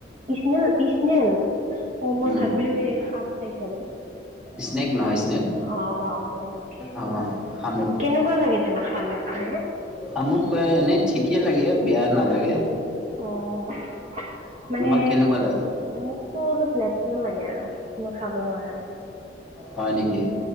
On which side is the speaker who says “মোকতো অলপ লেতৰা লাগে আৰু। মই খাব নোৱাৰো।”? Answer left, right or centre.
Right